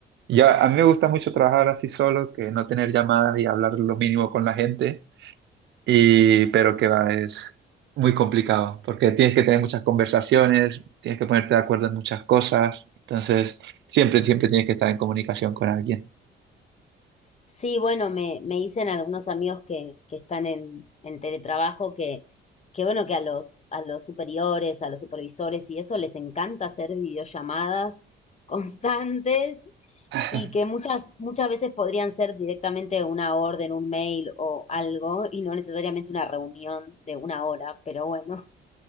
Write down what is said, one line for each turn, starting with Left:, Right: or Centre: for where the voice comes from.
Right: Ya, a mí me gusta mucho trabajar así solo, que no tener llamadas y hablar lo mínimo con la gente. Y, pero que va, es muy complicado, porque tienes que tener muchas conversaciones, tienes que ponerte de acuerdo en muchas cosas, entonces siempre, siempre tienes que estar en comunicación con alguien.
Left: Sí, bueno, me, me dicen algunos amigos que, que están en, en teletrabajo que, que bueno, que a los, a los superiores, a los supervisores y eso les encanta hacer videollamadas <laughs> constantes
Right: <laughs>
Left: y que muchas, muchas veces podrían ser directamente una orden, un mail o algo y no necesariamente una reunión de una hora, pero bueno,